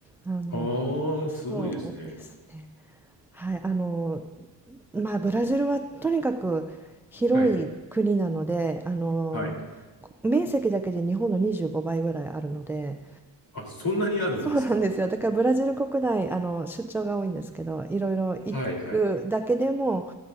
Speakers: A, in the centre; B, on the left (about 50°).
A: あの、
B: ああ、
A: そうですね。
B: すごいですね。
A: はい、あの、まあ、ブラジルはとにかく広い国なので、
B: はい、
A: あの、
B: はい。
A: 面積だけで日本の25倍ぐらいあるので、
B: あ、そんなにあるんですか
A: そうなんですよ。だからブラジル国内、あの、出張が多いんですけど、いろいろ行くだけでも
B: はい、はい、